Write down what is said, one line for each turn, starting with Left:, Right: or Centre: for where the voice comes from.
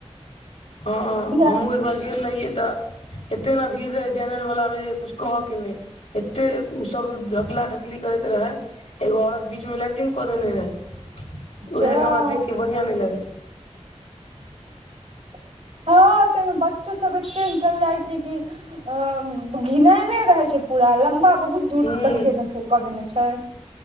Left: हऽ
Right: बिहार
Left: हमहुँ एक बार गेल रहियै तऽ एते न भीड़ रहै जेनरल वाला मे जे कुछ कहकेँ नै एते उऽ सब ढकला ढकली करैत रहे एगो औरत बीच में लैटिंग कऽ देने रहे उहे
Right: जा
Left: हमरा देख कऽ बड़ियाँ नै लगले
Right: <inaudible> हऽ तैय म बच्चो सब एते न चैल जाइ छै कि अ <unintelligible> घिनायने रहे छै पूरा लम्बा बहुत दूर
Left: हूं
Right: तक केँ कऽ देने छै